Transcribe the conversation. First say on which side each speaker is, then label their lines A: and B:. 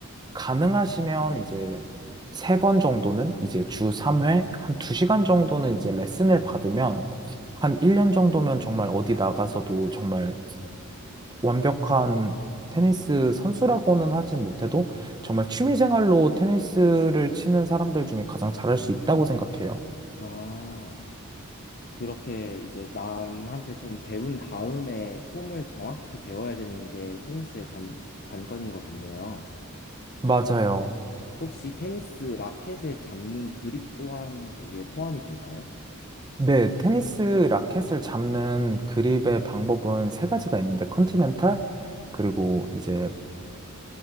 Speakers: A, on the right; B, on the left.
A: 가능하시면 이제 세 번 정도는 이제 주 3회 한 두 시간 정도는 이제 레슨을 받으면 한 1년 정도면 정말 어디 나가서도 정말 완벽한 테니스 선수라고는 하진 못해도 정말 취미생활로 테니스를 치는 사람들 중에 가장 잘할 수 있다고 생각해요.
B: 아, 그렇게 이제 남한테 좀 배운 다음에 폼을 정확히 배워야 되는 게 테니스의 관, 관건인 것 같네요.
A: 맞아요.
B: 혹시 테니스 라켓에 잡는 그립 또한 거기에 포함이 될까요?
A: 네, 테니스 라켓을 잡는 그립의 방법은 세 가지가 있는데, 컨티넨탈, 그리고 이제,